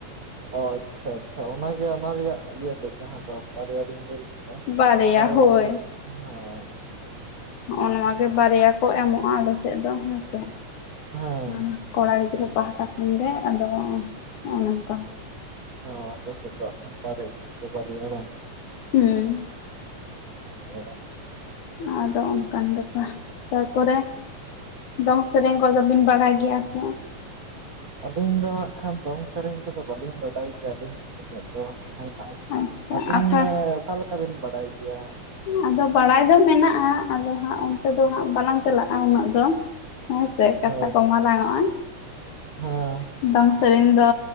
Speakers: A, on the right; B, on the left.
A: ᱚ ᱟᱪᱪᱷᱟ ᱟᱪᱪᱷᱟ, ᱚᱱᱟ ᱜᱮ ᱚᱱᱟ ᱨᱮᱭᱟᱜ ᱤᱭᱟᱹ ᱫᱚ ᱡᱟᱦᱟᱸ ᱫᱚ ᱵᱟᱨᱭᱟ ᱵᱤᱱ ᱞᱟᱹᱭᱼᱼ ᱠᱮᱫᱟ
B: ᱵᱟᱨᱭᱟ
A: ᱵᱟᱨᱮ
B: ᱦᱳᱭ
A: ᱤᱛᱟᱹᱫ ᱦᱚᱭ ᱾
B: ᱱᱚᱜ-ᱚ ᱱᱚᱶᱟ ᱜᱮ ᱵᱟᱨᱭᱟ ᱠᱚ ᱮᱢᱚᱜ-ᱟ ᱟᱞᱮ ᱥᱮᱜ ᱫᱚ ᱦᱮᱸ ᱥᱮ ᱾
A: ᱦᱮᱸ
B: ᱚᱸᱼᱼ ᱠᱚᱲᱟ ᱜᱤᱫᱽᱨᱟᱹ ᱯᱟᱦᱴᱟ ᱠᱷᱚᱱ ᱜᱮ ᱟᱫᱚ ᱱᱚᱜ-ᱚ ᱱᱚᱝᱠᱟ ᱾
A: ᱚ ᱟᱯᱮ ᱥᱮᱜ ᱫᱚ ᱟᱠᱷᱟᱱ ᱵᱟᱨᱮ ᱤᱛᱟᱹᱫ ᱫᱚ ᱵᱟᱨᱭᱟ ᱵᱟᱝ ᱾
B: ᱦᱩᱸ᱾
A: ᱚ
B: ᱟᱫᱚ ᱚᱱᱠᱟᱱ ᱵᱮᱯᱟᱨ ᱛᱟᱨᱯᱚᱨᱮᱼᱼ ᱫᱚᱝ ᱥᱮᱨᱮᱧ ᱠᱚᱫᱚ ᱵᱤᱱ ᱵᱟᱲᱟᱭ ᱜᱮᱭᱟ ᱥᱮ?
A: ᱟᱞᱤᱧ ᱫᱚ ᱮᱠᱷᱟᱱ ᱫᱚᱝ ᱥᱮᱨᱮᱧ ᱠᱚᱫᱚ ᱵᱟᱞᱤᱧ ᱵᱟᱰᱟᱭ ᱜᱮᱭᱟ ᱟᱹᱞᱤᱧᱜ ᱩᱱᱟᱹᱜ ᱫᱚ ᱦᱟᱸᱜ ᱠᱷᱟᱱ ᱟᱢ <unintelligible>
B: ᱟᱪᱪᱷᱟ
A: ᱟᱵᱤᱱ
B: ᱟᱥᱟᱲ
A: ᱚᱠᱟ ᱞᱮᱠᱟ ᱵᱤᱱ ᱵᱟᱲᱟᱭ ᱜᱮᱭᱟ?
B: ᱟᱫᱚ ᱵᱟᱲᱟᱭ ᱫᱚ ᱢᱮᱱᱟᱜ-ᱟ ᱟᱫᱚ ᱦᱟᱸᱜ ᱚᱱᱛᱮ ᱫᱚ ᱦᱟᱸᱜ ᱵᱟᱞᱟᱝ ᱪᱟᱞᱟᱜ-ᱟ ᱩᱱᱟᱹᱜ ᱫᱚ ᱾ ᱦᱮᱸ ᱥᱮ ᱠᱟᱛᱷᱟ
A: ᱦᱳᱭ
B: ᱠᱚ ᱢᱟᱨᱟᱝᱚᱜ-ᱟ,
A: ᱦᱮᱸ
B: ᱦᱮᱼᱼ ᱫᱚᱝ ᱥᱮᱨᱮᱧ ᱫᱚ